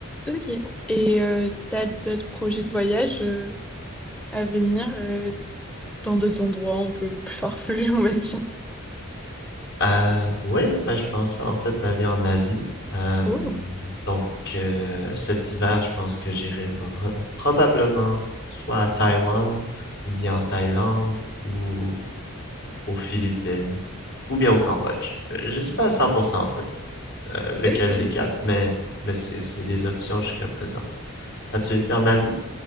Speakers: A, in the centre; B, on the left.
A: ok. Et euh, t'as d'autres projets de voyage euh, à venir euh, dans d'autres endroits un peu plus farfelus, on va dire.
B: Euh, ouais, ben, je pensais en fait aller en Asie. Euh,
A: Oh,
B: donc euh, cet hiver, je pense que j'irai pro- probablement soit à Taïwan, ou bien en Thaïlande, ou aux Philippines, ou bien au Cambodge. Euh, Je sais pas à 100% en fait euh, lequel
A: ok.
B: des quatre, mais, mais c'est, c'est les options jusqu'à présent. As-tu été en Asie?